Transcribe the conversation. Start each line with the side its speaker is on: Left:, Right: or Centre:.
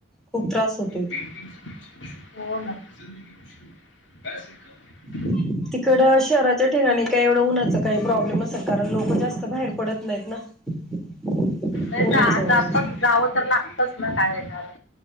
Centre: खूप त्रास होतो
Left: शिंदी
Centre: ह तिकडं शहराच्या ठिकाणी काही एवढं उन्हाचं काही प्रॉब्लेम असेल कारण लोक जास्त बाहेर पडत नाहीत ना <inaudible>
Left: म
Centre: उन्हाच्या
Left: जा
Centre: वेळेस
Left: गाव तर लागतच ना काय हे कार